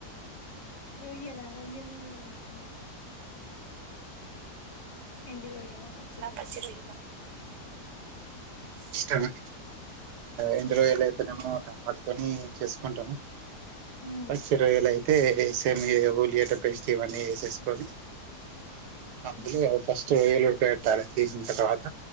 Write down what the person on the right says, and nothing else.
ఎలా
పచ్చి రొయ్యలా ఇష్టము ఎండు రొయ్యలు అయితేనేమో టమాటతోని చేసుకుంటాము.
పచ్చి రొయ్యలు అయి అయితే సేమ్ ఇగ ఉల్లిగడ్డ పేస్ట్ ఇవన్నీ వేసేసుకొని అందులో ఫస్ట్ రొయ్యలు ఉడక. పెట్టాలే. తీసిన తర్వాత